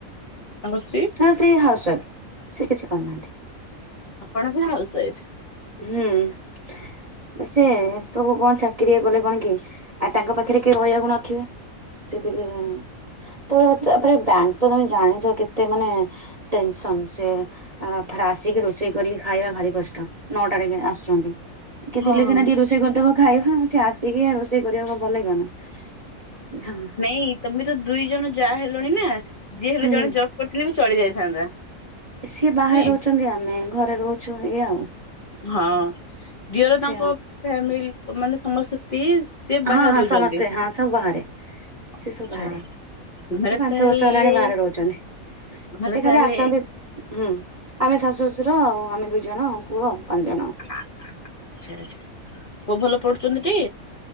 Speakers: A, on the left; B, on the right.
A: ତାଙ୍କ ସ୍ତ୍ରୀ
B: ହଁ ସେ ହାଉସ ୱାଇଫ ସେ କିଛି କରୁନାହାନ୍ତି।
A: ଆପଣ ବି ହାଉସ ୱାଇଫ୍।
B: ହୁଁ ସେ ସବୁ କଣ ଚାକିରି କଲେ କଣ କି ଆ ତାଙ୍କ ପାଖରେ କେଇ ରହିବାକୁ ନଥିବେ ସେ ବିଇ ତ ତାପରେ ବ୍ୟାଙ୍କ ତ ତମେ ଜାଣିଛ କେତେ ମାନେ ଟେନସନ୍ ସେ ଆ ଥରେ ଆସିକି ରୋଷେଇ କରିକି ଖାଇବା ଭାରି କଷ୍ଟ ନଅଟାରେ କି ଆସୁଛନ୍ତି। କେ
A: ହଁ।
B: ଥିଲେ ସେନା କେ ରୋଶ୍ ଷେଇ କରିଦବ ଖାଇବୁ ସେ ଆସିକି ଆ ରୋଷେଇ କରିବାକୁ ଆଉ ଭଲଲାଗିବ ନା ହଁ।
A: ନାଇଁ ତମେ ତ ଦୁଇ ଜଣ ଯାଆ ହେଲଣି ନା ଯିଏ ହେଲେ
B: ହୁଁ
A: ଜଣେ ଜବ୍ କରିଥିଲେ ବି ଚଳି ଯାଇଥାନ୍ତା।
B: ସିଏ ବାହାରେ
A: ନାଇଁ।
B: ରହୁଛନ୍ତି ଆମେ ଘରେ ରହୁଛୁ ଏୟା ଆଉ।
A: ହଁ ଦିଅର
B: ଆଛା
A: ତାଙ୍କ ଫ୍ୟାମିଲି ପ ମାନେ ସମସ୍ତେ ସ୍ତ୍ରୀ ସିଏ
B: ହଁ
A: ବାହାରେ
B: ହଁ
A: ରହୁଛନ୍ତି।
B: ସମସ୍ତେ ହଁ ସବୁ ବାହାରେ ସେ
A: ଆଚ୍ଛା
B: ସବୁ ବାହାରେ। ସେ
A: ଘରେ
B: ପାଞ୍ଚ
A: ତାହେଲେ
B: ବର୍ଷ ହେଲାଣି ବାହାରେ ରହୁଛନ୍ତି।
A: ଘରେ
B: ସେ ଖାଲି
A: ତାହେଲେ
B: ଆସନ୍ତି ହୁଁ ଆମେ ଶାଶୁ ଶ ଶୁର ଆଉ ଆମେ ଦୁଇ ଜଣ ଆମ ପୁଅ ଆଉ ପାନ୍ ଜଣ।
A: ଆଛା ଆଛା ପୁଅ ଭଲ ପଢୁଛନ୍ତି ଟି?